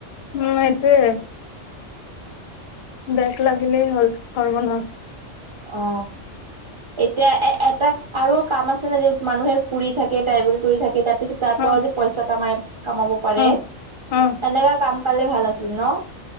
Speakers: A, on the left; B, on the right.
A: উম এতুএই বেগ লাগিলে হল খব ন
B: অ এতিয়া এ এটা আৰু কাম আছে নে যে মানুহে ফুৰি থাকে ট্ৰাইভেল কৰি থাকে পিত তাৰ পৰা
A: অ
B: য পইচা কামাই কামাব পাৰে
A: অ', অ',
B: তেনেকা কাম পালে ভাল আছে ছিল ন